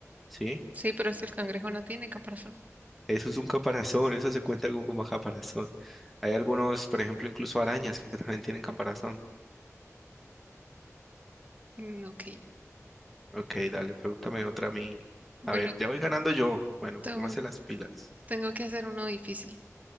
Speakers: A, in the centre; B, on the right.
A: ¿sí?
B: sí, pero es que el cangrejo no tiene caparazón.
A: Eso es un caparazón, eso se cuenta con como caparazón. Hay algunos, por ejemplo, incluso arañas que también tienen caparazón.
B: Mm, ok,
A: Ok, dale, pregúntame otra a mí.
B: bueno,
A: A ver, ya voy ganando yo. Bueno,
B: to-
A: póngase las pilas.
B: tengo que hacer uno difícil.